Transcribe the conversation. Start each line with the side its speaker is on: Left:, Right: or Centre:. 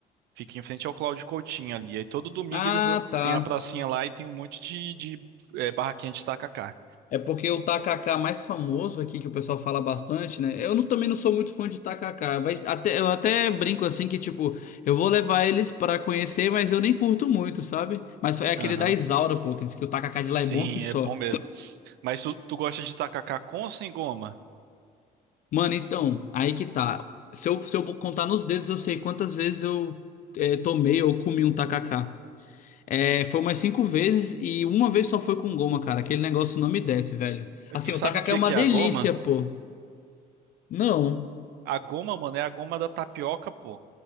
Right: fica em frente ao Cláudio Coutinho ali. Aí todo domingo
Left: Ah,
Right: eles l-
Left: tá.
Right: têm a pracinha lá e tem um monte de, de é, barraquinha de tacacá.
Left: É porque o tacacá mais famoso aqui que o pessoal fala bastante, né? Eu não- também não sou muito fã de tacacá, mas até eu até brinco assim que tipo, eu vou levar eles pra conhecer, mas eu nem curto muito, sabe? Mas é aquele
Right: Aham.
Left: da Isaura, pô, que diz que o tacacá de lá
Right: Sim,
Left: é bom que só.
Right: é bom mesmo. Mas tu, tu gosta de tacacá com ou sem goma?
Left: Mano, então, aí que tá. Se eu, se eu contar nos dedos, eu sei quantas vezes eu é, tomei ou comi um tacacá. É, foi umas cinco vezes e uma vez só foi com goma, cara. Aquele negócio não me desce, velho. Assim,
Right: Tu sabe
Left: o tacacá
Right: o que
Left: é uma
Right: que
Left: delícia,
Right: é a goma?
Left: pô. Não.
Right: A goma, mano, é a goma da tapioca, pô.